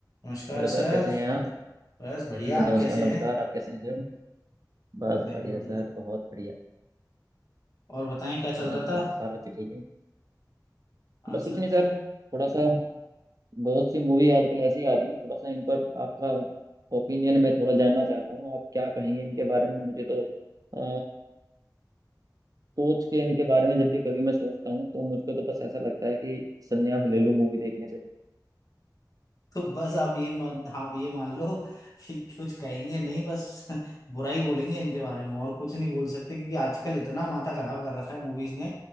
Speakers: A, on the left; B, on the right.
A: नमस्कार
B: Hello sir
A: सर
B: कैसे हैं आप
A: बस बढ़िया
B: जी
A: आप
B: नमस्कार
A: कैसे हैं
B: नमस्कार आप कैसे हैं सर बस
A: मैं
B: बढ़िया
A: भी बढ़िया
B: सर बहुत बढ़िया
A: और बताएं क्या चल
B: और
A: रहा
B: बताइए
A: था
B: बाल बच्चे ठीक है
A: हाँ
B: बस कुछ
A: सर
B: नहीं सर थोड़ा सा बहुत सी मूवी आजकल ऐसी आ रही हैं थोड़ा सा इन पर आपका ओपिनियन मैं थोड़ा जानना चाहता हूँ आप क्या कहेंगे इनके बारे में मुझे तो अ, सोच के इनके बारे में जब भी कभी मैं सोचता हूँ तो मुझको तो बस ऐसा लगता है कि संन्यास ले लूँ मूवी देखने से
A: तो बस आप ये मान आप ये मान लो कि कुछ कहेंगे नहीं बस बुराई बोलेंगे इनके बारे में और कुछ नहीं बोल सकते क्योंकि आजकल इतना माथा खराब कर रखा है मूवीज ने